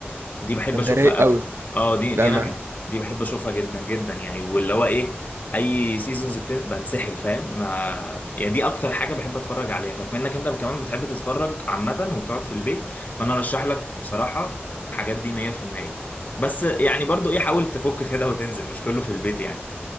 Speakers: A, on the left; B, on the right.
A: دي بحب
B: طب
A: اشوفها
B: ده رايق
A: قوي
B: قوي
A: اه دي
B: لا
A: دي
B: انا
A: انا بح... دي بحب اشوفها جدا جدا يعني واللي هو ايه اي سيزونز بت... بتسحل فاهم ما يعني دي اكتر حاجه بحب اتفرج عليها فبما انك انت كمان بتحب تتفرج عامه وبتقعد في البيت فانا ارشح لك بصراحه الحاجات دي 100% بس يعني برضو ايه حاول تفك كده وتنزل مش كله في البيت يعني